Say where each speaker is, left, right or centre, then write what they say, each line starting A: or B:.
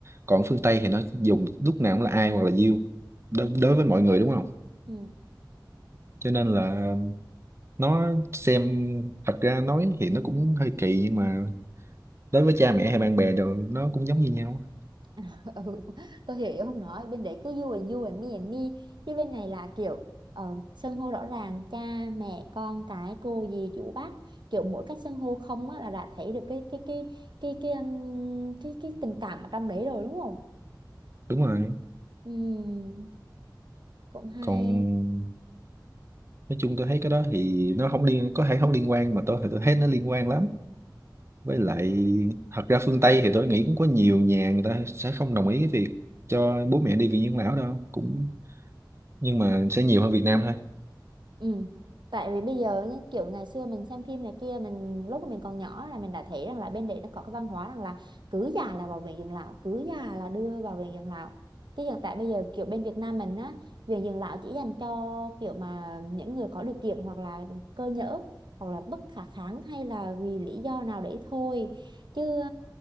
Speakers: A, on the right; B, on the right.
A: còn phương Tây thì nó dùng lúc nào cũng là ai hoặc là you đối, đối với mọi người đúng không
B: ừ.
A: cho nên là nó xem thật ra nói thì nó cũng hơi kỳ nhưng mà đối với cha mẹ hay bạn bè rồi nó cũng giống như nhau
B: <laughs> ừ tôi hiểu ý không nói bên đấy cứ you and you and me and me chứ bên này là kiểu ờ, xưng hô rõ ràng cha mẹ con cái cô dì chú bác kiểu mỗi cách xưng hô không á là đã thấy được cái cái cái cái cái um, cái cái tình cảm ở trong đấy rồi đúng không
A: đúng rồi
B: Ừm, cũng hay
A: còn nói chung tôi thấy cái đó thì nó không liên có thể không liên quan mà tôi thì tôi thấy nó liên quan lắm với lại thật ra phương Tây thì tôi nghĩ cũng có nhiều nhà người ta sẽ không đồng ý cái việc cho bố mẹ đi viện dưỡng lão đâu cũng nhưng mà sẽ nhiều hơn Việt Nam thôi
B: Ừ. Tại vì bây giờ nhá, kiểu ngày xưa mình xem phim này kia mình lúc mà mình còn nhỏ là mình đã thấy rằng là bên đấy nó có cái văn hóa rằng là cứ già là vào viện dưỡng lão cứ già là đưa vào viện dưỡng lão cái hiện tại bây giờ kiểu bên Việt Nam mình á viện dưỡng lão chỉ dành cho kiểu mà những người có điều kiện hoặc là cơ nhỡ hoặc là bất khả kháng hay là vì lý do nào đấy thôi chứ